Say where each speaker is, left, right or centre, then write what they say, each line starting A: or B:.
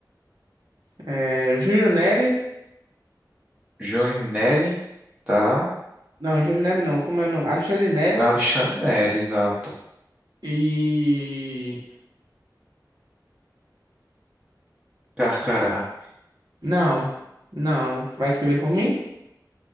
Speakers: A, on the right (about 70°); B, on the right (about 15°).
A: É... Júlio Neri
B: Júnior Nelly, tá.
A: Não, Júlio Neri não. Como é o nome? Alexandre Neri
B: Alexandre Nery, exato.
A: E.
B: Carcará.
A: Não. Não. Vai escolher por mim?